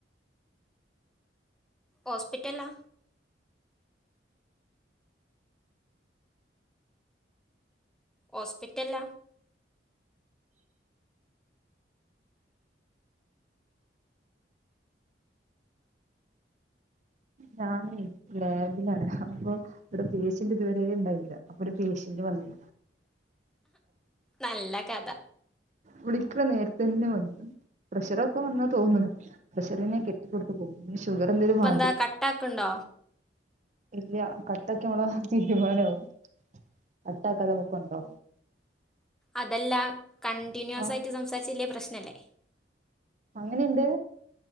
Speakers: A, in the centre; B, on the right (about 40°).
A: ഹോസ്പിറ്റലില ഹോസ്പിറ്റല
B: ഞാനേ ലാബിലാണ് അപ്പൊ ഇവിടെ പേഷ്യന്റ് ഇതുവരെ ഉണ്ടായിരുന്നില്ല അപ്പൊ ഒരു പേഷ്യ പ്രിന്റ് വന്നി
A: നല്ല കഥ
B: വിളിക്കണ നേരത്തന്നെ വന്നു പ്രഷറൊക്കെ വന്നാ തോന്നുന്നു പ്രഷറിനെ കെട്ടി കൊണ്ട് പോകും ഷുഗർ എന്തേലും വ
A: ത കട്ടാക്ക്ണ്ടോ
B: ഇല്ല കട്ടാക്കിയാ മ്മള് തീരുമാനവും കട്ടാ കതമ്പക്കണ്ടോ
A: അതല്ല കണ്ടിന്യുവസ്
B: ആ
A: ആയിട്ട് സംസാരിച്ചലേ പ്രശ്ന അല്ലേ
B: അങ്ങനെയുണ്ട്